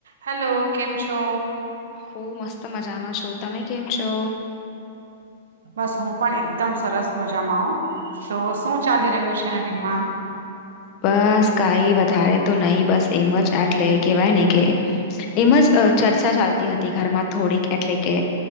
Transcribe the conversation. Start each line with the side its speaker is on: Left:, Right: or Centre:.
Right: Hello કેમ છો
Left: હું મસ્ત મજામાં છું તમે કેમ છો
Right: બસ હું પણ એકદમ સરસ મજામાં આવ તો શું ચાલી રહ્યું છે નવીન માં
Left: બસ કઈ વધારે તો નહીિ બસ એમ જ આટલે કેવાય ને કે એમ જ ચર્ચા ચાલતી હતી ઘરમાં થોડીક એટલે કે